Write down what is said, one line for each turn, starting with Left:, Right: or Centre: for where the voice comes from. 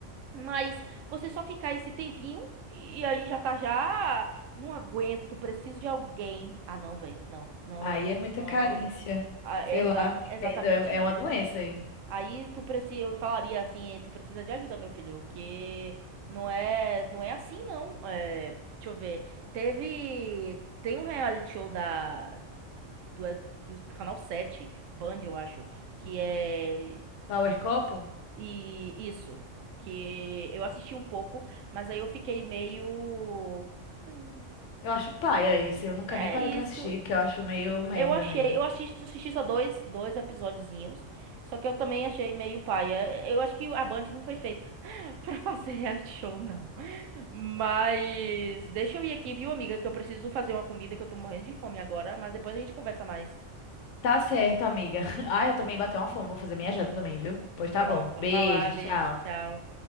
Right: Mas você só ficar esse tempinho e aí já tá já. Não aguento, preciso de alguém. Ah, não, velho. Não, não,
Left: Aí é muita
Right: não.
Left: carência.
Right: Ah, é
Left: Sei
Right: exa-
Left: lá, não entendo.
Right: exatamente
Left: É,
Right: isso.
Left: é uma doença aí.
Right: Aí tu precisa, eu falaria assim, tu precisa de ajuda, meu filho, que não é, não é assim não. É, deixa eu ver. Teve, tem um reality show da do, é do canal 7, Band, eu acho, que é
Left: Power Couple?
Right: e isso, que eu assisti um pouco, mas aí eu fiquei meio "Hum,
Left: Eu acho paia esse. Eu nunca
Right: é
Left: nem parei
Right: isso,
Left: pra assistir, porque eu acho meio merda
Right: Eu achei,
Left: mesmo.
Right: eu assisti, assisti só dois, dois episódiozinhos, só que eu também achei meio paia. Eu acho que a Band não foi feita <laughs> pra fazer reality show, não. Mas deixa eu ir aqui, viu, amiga, que eu preciso fazer uma comida que eu tô morrendo de fome agora, mas depois a gente conversa mais.
Left: Tá certo, amiga. <laughs> Ah, eu também bati uma fome. Vou fazer minha janta também, viu? Pois tá
Right: Pronto,
Left: bom. Beijo,
Right: vai lá, beijo,
Left: tchau.
Right: tchau.